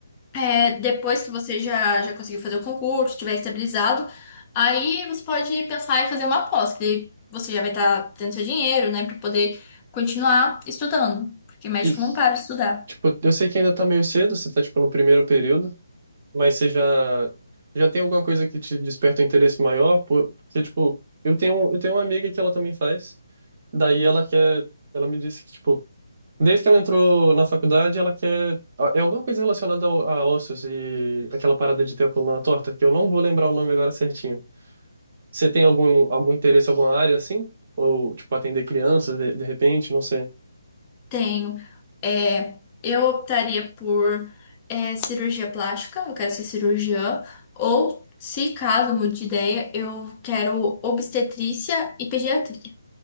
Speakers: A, on the left; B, on the right.
A: é, depois que você já, já conseguiu fazer o concurso, estiver estabilizado, aí você pode pensar em fazer uma pós, que daí você já vai estar tendo seu dinheiro, né, para poder continuar estudando, porque médico
B: E,
A: não para de estudar.
B: tipo, eu sei que ainda tá meio cedo, você tá, tipo, no primeiro período, mas você já, já tem alguma coisa que te desperta um interesse maior? Por- Porque, tipo, eu tenho, eu tenho uma amiga que ela também faz, daí ela quer, ela me disse que, tipo, desde que ela entrou na faculdade, ela quer, é alguma coisa relacionada ao- a ossos e aquela parada de ter a coluna torta, que eu não vou lembrar o nome agora certinho. Você tem algum, algum interesse, alguma área, assim? Ou, tipo, atender crianças, de, de repente, não sei.
A: Tenho. É, eu optaria por é, cirurgia plástica, eu quero ser cirurgiã, ou, se caso mude de ideia, eu quero obstetrícia e pediatria.